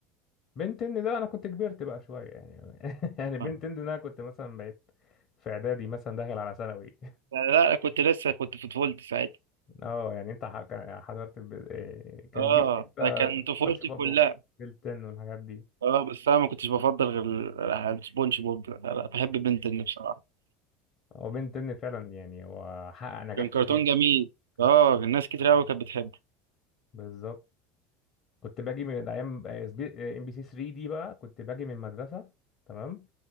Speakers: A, on the left; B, on the right.
A: بنتين ده انا كنت كبرت بقى شويه يعني <laughs> يعني بنتين
B: آه.
A: ده انا كنت مثلا بقيت في اعدادي مثلا داخل على ثانوي
B: لا كنت لسه كنت في طفولتي ساعتها
A: <laughs> اه يعني انت ح- كان- يعني حضرت ب... إيه، كان
B: اه
A: جيلك انت
B: ده كان طفولتي
A: سبونج بوب
B: كلها
A: وبنتين والحاجات دي
B: اه بس أنا ما كنتش بفضل غير ال- سبونج بوب لا لا بحب بنتين بصراحة
A: هو بنتين فعلا يعني هو حقق نجاح
B: كان كرتون
A: كبير
B: جميل
A: كان
B: اه
A: كان-
B: الناس كتير أوي كانت بتحبه
A: بالظبط كنت باجي من ايام ام بي سي 3 دي بقى كنت باجي من المدرسه تمام